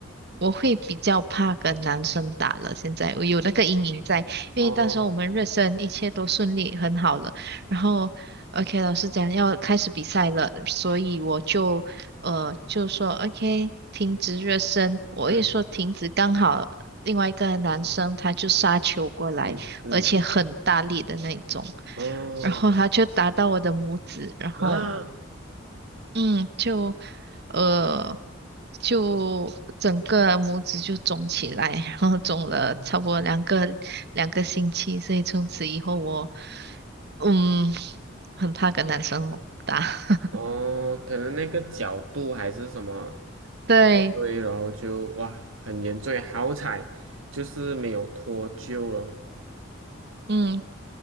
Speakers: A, on the right; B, on the right.
A: 我会比较怕跟男生打了。现在我有那个阴影在，因为到时候我们热身一切都顺利很好了，
B: 哦，
A: 然后 OK 老师讲要开始比赛了，所以我就。呃，就说 OK，停止热身。我一说停止，
B: 嗯
A: 刚好另外一个男生他就杀球过来，
B: 嗯嗯，
A: 而且很大力的那种，
B: 哦
A: 然后他就打到我的拇指，然后
B: 啊，
A: 嗯，就呃就整个拇指就肿起来，然后肿了超过两个两个星期，
B: 哇，
A: 所以从此以后我嗯很怕跟男生打，<laughs>
B: 哦，可能那个角度还是什么
A: 对，
B: 不对，然后就哇很严重，好彩就是没有脱臼了。
A: 嗯，